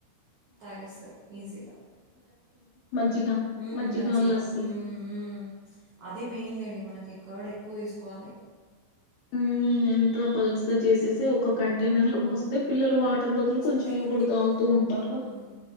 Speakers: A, on the right; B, on the left.
A: తాగేస్తారు ఈజీగా
B: మజ్జిగా
A: మ్మ్,
B: మజ్జిగా
A: మజ్జిగ
B: లస్సి
A: మ్మ్, మ్మ్. అది మెయిన్లేండి మనకి కర్డ్ ఎక్కువ తీసుకోవాలి
B: ఉ ఎంత పల్స్ చేసేసి ఒక కంటైనర్ లో పోస్ పిల్లలు వా దాని బదులు
A: చేద్దామండి
B: కొంచెం ఇవి కూడ తాగుతూ ఉంటారు
A: మ్మ్.